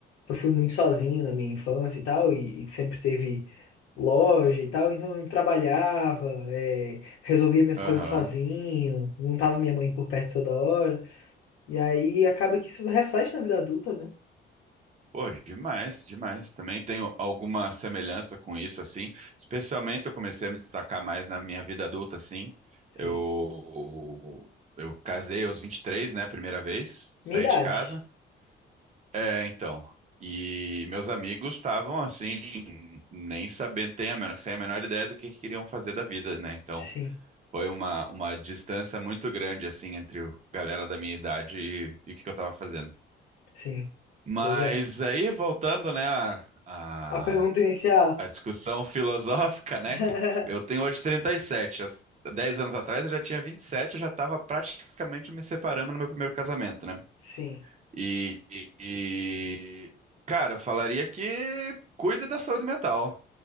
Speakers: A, on the left; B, on the right.
A: eu fui muito sozinho na minha infância e tal, e, e sempre teve loja e tal, então eu trabalhava, é, resolvia minhas
B: aham.
A: coisas sozinho, não tava minha mãe por perto toda hora. E aí, acaba que isso reflete na vida adulta, né?
B: Pô, demais, demais. Também tenho alguma semelhança com isso, assim. Especialmente eu comecei a me destacar mais na minha vida adulta, assim. Eu,
A: Sim.
B: eu casei aos 23, né? Primeira vez, saí
A: Minha idade.
B: de casa. É, então. E meus amigos estavam, assim, nem sabendo, tem a menor, sem a menor ideia do que queriam fazer da vida, né? Então,
A: Sim.
B: foi uma, uma distância muito grande, assim, entre a galera da minha idade e, e o que que eu tava fazendo.
A: Sim,
B: Mas
A: pois é.
B: aí, voltando, né, a, a,
A: A pergunta inicial.
B: a discussão <laughs> filosófica,
A: <laughs>
B: né, que eu tenho hoje 37. Há s- 10 anos atrás eu já tinha 27, eu já estava praticamente me separando no meu primeiro casamento, né?
A: Sim.
B: E, e- e, cara, eu falaria que cuide da saúde mental.